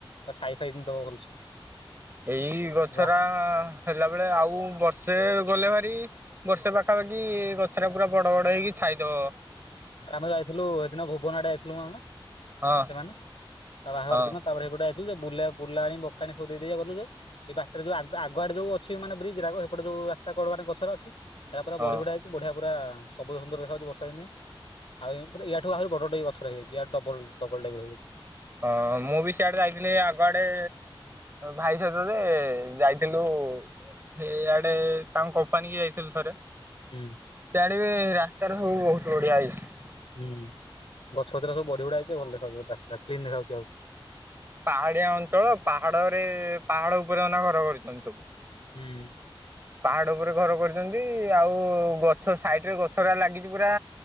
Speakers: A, on the left (about 85°); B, on the right (about 25°).
A: ଆଉ ଛାଇ ଫାଇ ଯେମିତି ଦବ ଭଲସେ।
B: ଏଇ ଗଛରା
A: ବା
B: ହେଲା ବେଳେ ଆଉ ବର୍ଷେ ଗଲେ ଭାରି ବର୍ଷେ ପାଖାପାଖି ଗଛଟା ପୁରା ବଡ ବଡ ହେଇକି ଛାଇ ଦବ।
A: ଆମେ ଯାଇଥିଲୁ ହେଇଦିନ ଭୁବନ ଆଡେ ଯାଇଥିଲୁ ମ ଆମେ।
B: ହଁ
A: ସେମାନେ ତା ବାହାଘର
B: ହଁ
A: ଦିନ ତାପରେ ହେପଟେ ଆଇ ଥିଲୁ ଯେ ବୁଲା ବୁଲାଣି ବକାଣି ସବୁ ଦେଇ ଦେଇକା ଗଲୁ ଯେ ଏଇ ବାଟରେ ଯୋଉ ଆଗ ଆଗ ଆଡେ ଯୋଉ ଅଛି ମାନେ ବ୍ରିଜ ହେରାକ ସେପଟ ଯୋଉ ରାସ୍ତାକଡ ମାନଙ୍କରେ ଗଛରା ଅଛି ଏ ପୁର
B: ହଁ।
A: ବଢିବଢ଼ିଆଇଛି ବଢିଆ ପୁରା ସବୁଜ ସୁନ୍ଦର ଦେଖା ଯାଉଛି ବର୍ଷାଦିନିଆ। ଆଉ ଠୁ ଆହୁରି ବଡ ବଡ ଗଛ ହେଇଯାଇଛି ଇଆଠୁ ଡବଲ ଡବଲ ଟାଇପର ହେଇଯାଇଛି।
B: ହଁ ମୁଁ ବି ସିଆଡେ ଯାଇଥିଲି ଆଗଆଡେ ଭାଇ ସହିତ ଯେ ଯାଇଥିଲୁ। ସେ ଇଆଡେ ତାଙ୍କ କମ୍ପାନୀ କି ଯାଇଥିଲୁ ଥରେ।
A: ହୁଁ।
B: ସିଆଡେ ରାସ୍ତାରେ ସବୁ ବହୁତ ବଢିଆ ହେଇଛି।
A: ହୁ ଗଛପତ୍ର ସବୁ ବଢି ବଢ଼ି ଆଇଛି ଭଲ ଦେଖାଯାଉଥିବ କ୍ଲିନ ଦେଖାଯାଉଛି ଆଉ
B: ପାହାଡିଆ ଅଞ୍ଚଳ ପାହାଡରେ ପାହାଡ ଉପରେ ଅନା ଘର କରିଛନ୍ତି ସବୁ
A: ହୁଁ।
B: ପାହାଡ ଉପରେ ଘର କରିଛନ୍ତି ଆଉ ଗଛ ସାଇଟରେ ଗଛ ହେରିକା ଲାଗିଛି ପୁରା